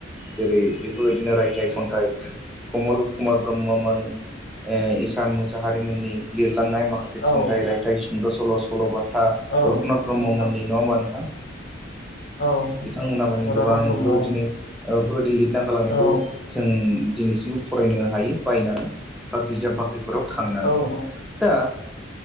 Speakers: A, in the centre; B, on the left.
A: जेरै बेफोरबायदिनो रायथाइ, खान्थाइ कमल कुमार ब्रह्ममोननि ए इसान मोसाहारिमोननि लिरलांनाय माखासे
B: औ
A: खन्थाइ, रायथाइ सुंद' सल', सल'बाथ था
B: औ
A: रुपनाथ ब्रह्ममोननि
B: नंगौ नोंथां
A: नङा होनबा नोंथां?
B: औ
A: बिथांमोना माने
B: मदाराम
A: गोबां
B: ब्रह्म
A: बेफोरबायदिनो औ बेफोरबायदि लिरना गालांनायखौ
B: औ
A: जों दिनैसिमबो फरायनो हायो बायनानै बा बिजाब बाख्रिफोराव थांनानै
B: नंगौ
A: दा